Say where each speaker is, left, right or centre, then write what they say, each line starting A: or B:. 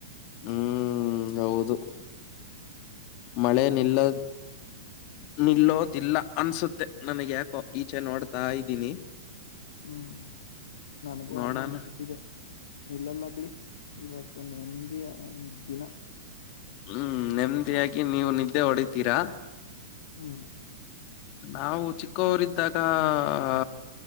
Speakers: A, on the left (about 45°); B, on the left (about 65°).
A: ಹ್ಮ್ ಹೌದು ಮಳೆ ನಿಲ್ಲದ್ ನಿಲ್ಲೋದಿಲ್ಲ ಅನ್ಸುತ್ತೆ ನಂಗೆ ಯಾಕೋ ಈಚೆ ನೋಡ್ತಾ ಇದ್ದೀನಿ.
B: ಹ್ಮ್ ನನಗೂ
A: ನೋಡೋಣ
B: ಹಾಗೆ ಅನಿಸುತ್ತಿದೆ ನಿಲ್ಲಲ್ಲ ಬಿಡಿ ಇವತ್ತ ತ ನೆಮ್ಮದಿಯ ದಿನ.
A: ಹ್ಮ್ ನೆಮ್ಮದಿಯಾಗಿ ನೀವು ನಿದ್ದೆ ಹೊಡಿತೀರಾ
B: ಹ್ಮ್
A: ನಾವು ಚಿಕ್ಕವರಿದ್ದಾಗ ಆ